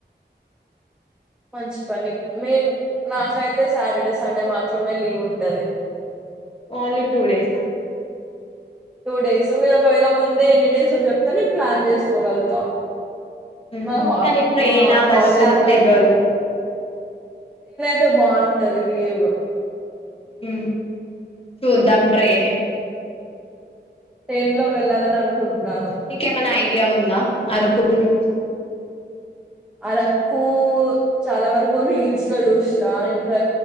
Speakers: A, in the centre; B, on the left.
A: మంచి పని మేన్ నాకైతే సాటర్డే సండే మాత్రమే లీవ్ ఉంటది
B: ఓన్లీ టూ డేస్ఆ
A: టూ డేస్ మీరు ఒకవేళ ముందే ఎన్ని డేసో చెప్తే నేను ప్లాన్ చేసుకోగలుగుతా
B: హు
A: మా హా
B: కానీ ట్రైనా
A: మా
B: బస్సా
A: కాలేజ్ లో
B: తెలువదు
A: తే బాగుంటది వ్యూవు
B: హు చూద్దాం ట్రెయినే
A: ట్రైన్ లో వెళ్ళాలని అనుకుంటున్నాను
B: నీకేమైనా ఐడియా ఉందా అరకు గురిచ్చి
A: అరకూ చాలా వరకు రీల్స్ లో చూస్నా ఇంకా